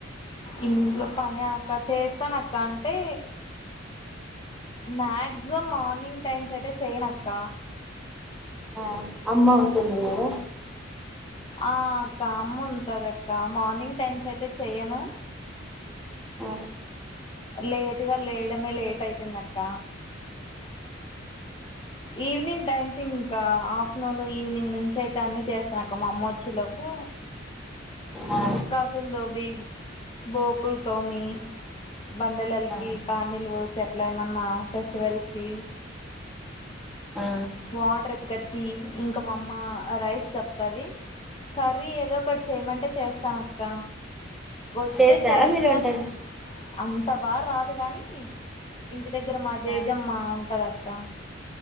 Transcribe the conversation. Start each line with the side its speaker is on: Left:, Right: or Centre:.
Left: ఇంట్లో పని అక్క చేస్తాను అక్క అంటే మాక్సిమం మార్నింగ్ టైమ్స్ అయితే చేయనక్క
Centre: ఆ అమ్మ ఉంటుంది కదా
Left: ఆ అక్క అమ్ముంటది అక్క మార్నింగ్ టైమ్స్ అయితే చెయ్యను
Centre: ఆ
Left: లేటుగా లేయడమే లేట్ అయితుంది అక్క ఈవినింగ్ టైమ్స్ ఇంకా ఆఫ్టర్నూన్ ఈవినింగ్ నుంచి అయితే అన్నీ చేస్తున్నాక మా అమ్మ వచ్చేలోపు
Centre: ఆ
Left: బాసలు తోమి బోకుల్ తోమి బండలలకి
Centre: ఆ
Left: పానీలు పోసి అట్లేమన్న ఫెస్టివల్స్కి
Centre: ఆ
Left: వాటర్ ఎతుకొచ్చి ఇంకా మా అమ్మ రైస్ చెప్తది కర్రీ ఏదో ఒకటి చేయమంటే చేస్తాను అక్క వస్తే
Centre: చేస్తారా
Left: చేస్తాను
Centre: మీరు వంటలు
Left: అంత బాగా రాదు గాని ఇంటి దగ్గర మా జేజమ్మ
Centre: ఆ
Left: ఉంటది అక్క